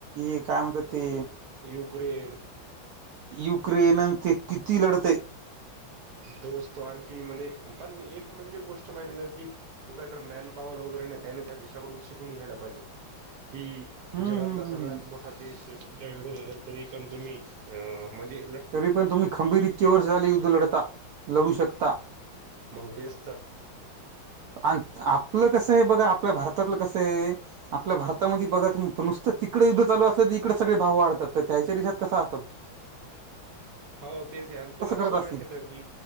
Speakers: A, on the right; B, on the right.
A: एक काय म्हणतात ते?
B: युक्रेन.
A: युक्रेन न ते किती लढतय?
B: दोस्त आणखी म्हणे, पण एक म्हणजे गोष्ट माहिती आहे का? की तू काय कड मॅनपाॅवर वगैरे नाही त्यायन त्या देशाकडून शिकून घ्यायला पाहिजेत की
A: हम्म
B: जगातला
A: हम्म हम्म
B: सगळ्यात मोठा देश तुमच्या विरोधात आहे, तरी पण तुम्ही अ म्हंजे
A: तरी पण तुम्ही खंबीर इतके वर्ष झाले, युद्ध लढता लढू शकता.
B: मगं तेचं तर.
A: आन आपलं कसंय बघा, आपल्या भारतातलं कसंय आपल्या भारतामध्ये बघा तुम त नुस्तं तिकडे युद्ध चालू असलं, त इकडे सगळे भाव वाढतात, त त्यांयच्या देशात कसं आसल?
B: हाव तेच आहे आण पुन्हा कसं
A: करत असतील
B: माहितेय का की